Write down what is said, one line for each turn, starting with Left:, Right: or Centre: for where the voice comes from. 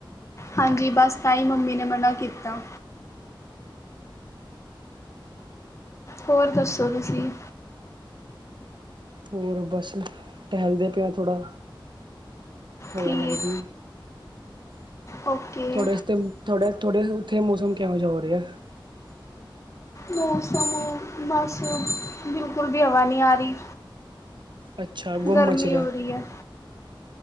Left: ਹਾਂਜੀ, ਬਸ ਤਾਂਹੀ ਮੰਮੀ ਨੇ ਮਨਾ ਕੀਤਾ। ਹੋਰ ਦੱਸੋ ਤੁਸੀਂ
Right: ਹੋਰ ਬਸ, ਟਹਿਲਦੇ ਪਏ ਆ ਥੋੜਾ। ਹਵਾ
Left: ਠੀਕ
Right: ਲੱਗਦੀ ਏ।
Left: ਓਕੇ।
Right: ਥੋੜੇ ਉਸ ਤੇ, ਥੋੜੇ -ਥੋੜੇ ਉੱਥੇ ਮੌਸਮ ਕਿਹੋ ਜਾ ਹੋ ਰਿਹਾ ਏ।
Left: ਮੌਸਮ -ਮੌਸਮ ਬਿਲਕੁਲ ਵੀ ਹਵਾ ਨਹੀਂ ਆ ਰਹੀ।
Right: ਅੱਛਾ ਗੁੰਮ
Left: ਗਰਮੀ
Right: ਮਚ ਰਿਹਾ।
Left: ਹੋ ਰਹੀ ਹੈ।